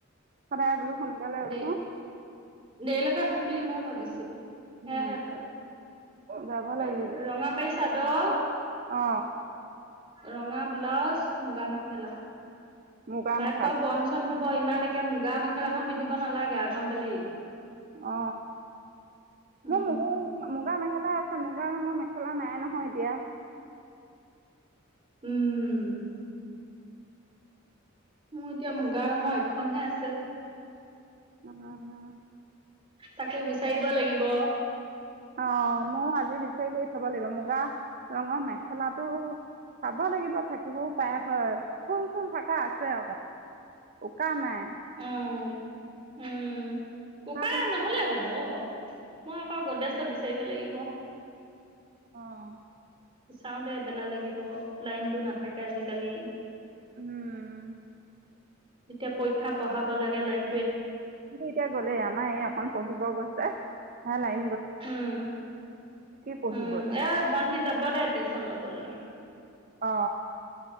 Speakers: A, on the right; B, on the right.
A: <inaudible> উঠো
B: দে দেৰিলৈকে শুম বুলি মই ভাবিছো। ছিলো সেয়হে
A: উম
B: হল
A: যাব
B: এ
A: লাগিব
B: ৰঙা পাৰি চাদৰ
A: অ
B: ৰঙা ব্লাউজ মুগা মেখেলা।
A: মুগা
B: হেয়াত
A: মেখেলা
B: বা বন চন হ ইমান একে মুগা মেখেলাখন পিন্ধিব নালাগে আ গম পালি।
A: অ
B: উম
A: মোৰ মুগ মুগা মেখেলা আছে মুগা ৰগৰ মেখেলা নাই নহয় এতিয়া।
B: উম মোৰ এতিয়া মুগা ৰঙৰ এখনহে আছে।
A: উম।
B: তাকো বিচাৰিব লাগিব।
A: অ মই আজি বিচাৰি কৰি থব লাগিব মুগা ৰঙৰ মেখেলাটো চাব লাগিব থাকিবও পাৰে হয় ফুল চুল থাকে। এ আছে অকণমান উকা নাই।
B: উম উম।
A: উকাটো
B: ককা নহলে হব। মই আকৌ গদেশ্বত বিচাৰিব লাগিব
A: আহ
B: বিচাওঁতে এবেলা লাগিব, লাইনতটো নাথাকে আজিকালি।
A: উম।
B: তেতিয়া পৰীক্ষা পঢ়াব লাগে লাইন
A: কিটো এতিয়া গ'লেই আমাৰ এই অকখন পঢ়িব গৈছে। হাল নাই
B: উম
A: পঢ়িবই
B: উম এ ভণ্টি যাব দে তিউছ চান লবলৈ।
A: অ।